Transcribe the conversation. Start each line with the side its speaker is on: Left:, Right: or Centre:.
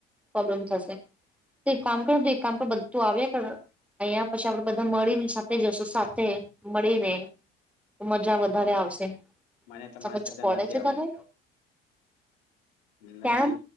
Centre: પ્રોબ્લેમ થશે તો એક કામ કર તો એક કામ કર બધું આવ્યા કર અહીયા પછી આપડે બધા મળીને સાથે જશું સાથ્થે મળીને મજા વધારે આવશે.
Left: મને તમારા
Centre: સમજ
Left: સાથે
Centre: પડે
Left: નથી
Centre: છે તને?
Left: આવવું
Centre: કેમ?
Left: નથી